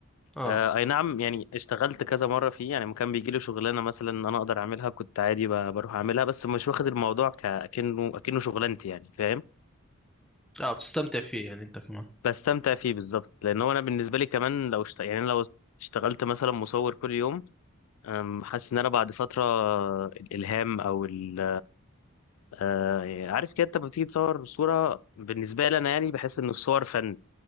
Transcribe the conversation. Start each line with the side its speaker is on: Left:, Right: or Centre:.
Centre: اه
Left: آه، اي نعم يعني اشتغلت كذا مره فيه يعني لما كان بيجي لي شغلانه مثلا انا اقدر اعملها كنت عادي ب- بروح اعملها بس مش واخد الموضوع كأنه اكنه شغلانتي يعني فاهم
Centre: اه بتستمتع فيه يعني انت كمان
Left: بستمتع فيه بالظبط لان هو انا بالنسبه لي كمان لو اشت... يعني أنا لو اشتغلت مثلا مصور كل يوم أم، حاسس ان انا بعد فتره الالهام او ال... آه، عارف كده انت لما بتيجي تصور صوره بالنسبه لي انا يعني بحس ان الصور فن